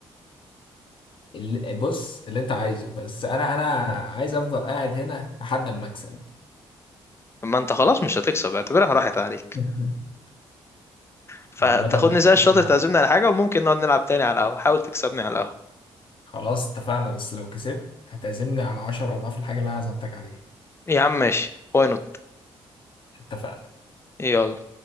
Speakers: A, on the left (about 50°); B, on the left (about 25°).
A: ال- بص اللي انت عايزه بس انا انا عايز افضل قاعد هنا لحد ما اكسب
B: ما انت خلاص مش هتكسب اعتبرها راحت عليك
A: <laughs>
B: فتاخدني
A: عامة ماشي
B: زي الشاطر
A: انا
B: تعزمني على حاجة وممكن نقعد نلعب تاني على القهوة حاول تكسبني على القهوة
A: خلاص اتفقنا بس لو كسبت هتعزمني على 10 اضعاف الحاجة اللي انا عزمتك عليها
B: يا عم ماشي واي نوت
A: اتفقنا
B: يلا